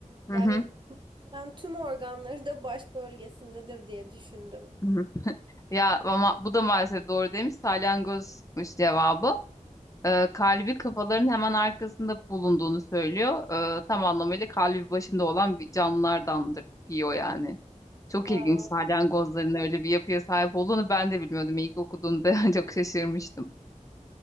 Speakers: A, on the left; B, on the right.
A: Hı
B: Yani
A: hı.
B: ben tüm organları da baş bölgesindedir diye düşündüm.
A: hı hı. Ya ama bu da maalesef doğru demiş. Salyangozmuş cevabı. Ee, kalbi kafaların hemen arkasında bulunduğunu söylüyor. Ee, tam anlamıyla kalbi başında olan bir canlılardandır diyor yani. Çok
B: Wow.
A: ilginç salyangozların öyle bir yapıya sahip olduğunu ben de bilmiyordum. İlk okuduğumda <laughs> çok şaşırmıştım.